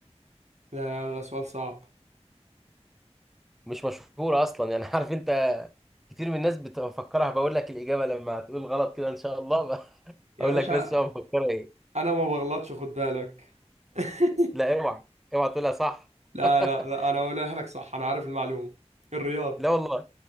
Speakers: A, on the right (about 75°); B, in the centre.
A: لا لا لا سؤال صعب
B: مش مشهورة أصلا يعني <laughs> عارف أنت كتير من الناس بتفكرها بقول لك الإجابة لما هتقول غلط كده إن شاء الله <laughs>
A: يا
B: أقول
A: باشا
B: لك ناس بتبقى مفكرة إيه
A: انا ما بغلطش خد بالك <laughs>
B: لا اوعى اوعى تقولها صح
A: لا
B: <laughs>
A: لا لا انا هقولها لك صح انا عارف المعلومة الرياض
B: لا والله